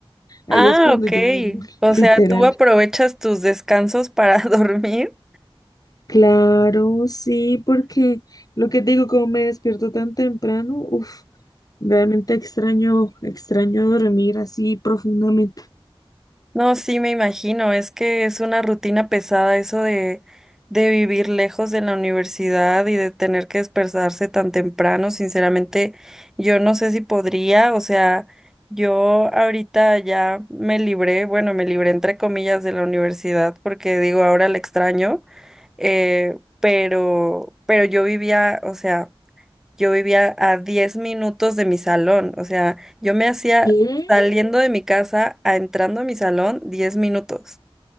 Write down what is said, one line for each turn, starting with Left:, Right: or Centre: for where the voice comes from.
Left: Ahí
Centre: Ah,
Left: es cuando
Centre: ok.
Left: yo duermo, <laughs>
Centre: O
Left: literal.
Centre: sea, tú aprovechas tus descansos para <laughs> dormir.
Left: Claro, sí, porque lo que digo, como me despierto tan temprano, uff, realmente extraño, extraño dormir así profundamente.
Centre: No, sí, me imagino. Es que es una rutina pesada eso de, de vivir lejos de la universidad y de tener que despertarse tan temprano. Sinceramente, yo no sé si podría. O sea, yo ahorita ya me libré, bueno, me libré entre comillas de la universidad porque digo, ahora la extraño. Eh, pero, pero yo vivía, o sea yo vivía a 10 minutos de mi salón, o sea, yo me hacía
Left: ¿Qué?
Centre: saliendo de mi casa a entrando a mi salón 10 minutos.